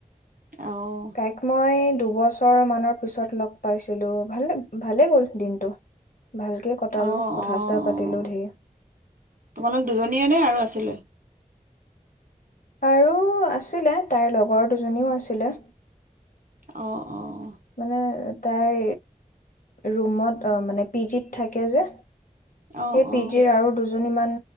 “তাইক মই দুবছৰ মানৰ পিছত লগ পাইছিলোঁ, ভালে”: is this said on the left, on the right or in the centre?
Left